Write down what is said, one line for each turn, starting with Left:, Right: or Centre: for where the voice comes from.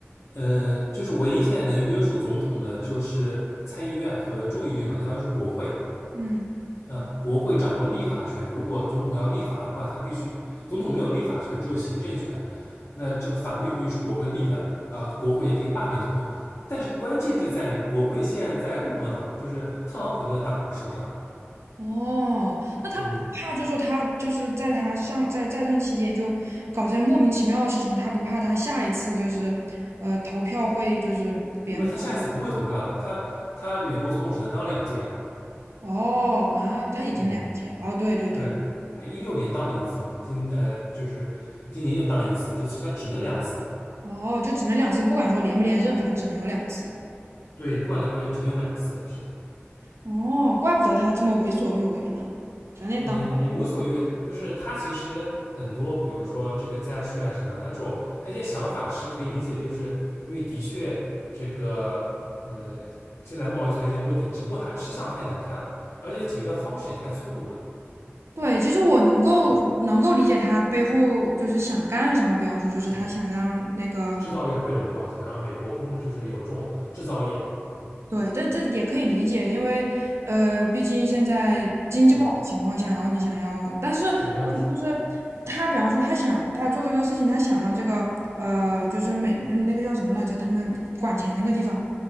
Left: 呃，就是唯一现在能约束总统的就是参议院和众议院嘛，相当于是国会。
Right: 嗯。
Left: 啊，国会掌握立法权，如果总统要立法的话，他必须总统没有立法权，只有行政权。那这个法律必须是国会立的啊，国会也可以罢免总统。但是关键就在于国会现在在共和党，就是特朗普那个党手上。
Right: 哦，那他不怕，
Left: 嗯，
Right: 就说他就是在他上在在任期间就搞这些莫名其妙的事情，他不怕他下一次就是，呃，投票会就是别人
Left: 因为他下一次不会投票了，他他美国总统只能当两届啊
Right: 哦啊，他已经两届了哦，
Left: 嗯，
Right: 对对对，
Left: 对，他一六年当了一次嘛，今呃就是今年又当一次，就是他只能两次。
Right: 哦，就只能两次，不管说连不连任，反正只能有两次。
Left: 对，不管什不原因，只能有两次。是的，
Right: 哦，怪不得他这么为所欲为呢，反正也当
Left: 呃，也也无所谓，就是他其实很多，比如说这个加税啊什么的，他这种他一些想法是可以理解，就是因为的确这个呃，现在贸易存在一些问题，只不过他吃相太难看了，而且解决的方式也太粗鲁了。
Right: 对，其实我能够能够理解他背后就是想干什么，比方说就是他想让那个
Left: 嗯，制造业回流嘛，想让美国工就是有这种制造业，嗯，
Right: 对，这这也可以理解，因为呃，毕竟现在经济不好的情况下，
Left: 对
Right: 然后你想要，但是
Left: 对，让出
Right: 就是他，比方说他想他做这个事情，他想让这个呃，就是美嗯那个叫什么来着，他们管钱那个地方，